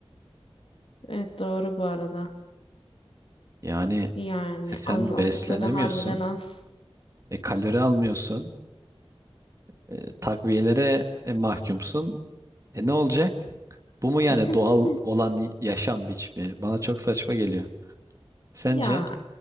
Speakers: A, on the left; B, on the right.
A: Evet doğru bu arada.
B: Yani
A: Yani
B: e, sen
A: al- aldıkları
B: beslenemiyorsun,
A: harbiden az.
B: e, kalori almıyorsun, e, takviyelere e, mahkumsun. E ne olacak? Bu mu yani
A: <laughs>
B: doğal olan y- yaşam biçimi? Bana çok saçma geliyor. Sence?
A: Ya